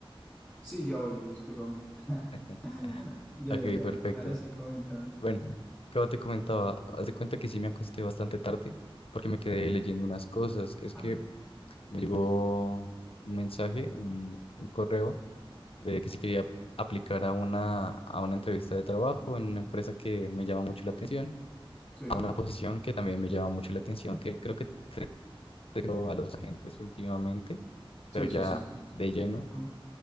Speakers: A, in the centre; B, on the left.
A: Sí, ya voy, discúlpame. <laughs>
B: <laughs>
A: Ya, ya,
B: Ok,
A: ya.
B: perfecto.
A: Ahora sí, coméntame.
B: Bueno, como te comentaba, haz de cuenta que sí me acosté bastante tarde porque me quedé leyendo unas cosas. Es
A: Ay,
B: que me llegó un mensaje, un, un correo de que si quería aplicar a una, a una entrevista de trabajo en una empresa que me llama mucho la atención.
A: sí,
B: a una posición que también me llama mucho la atención, que creo que tengo a los agentes últimamente,
A: sí,
B: pero ya
A: sí, sí.
B: de lleno.
A: Ah,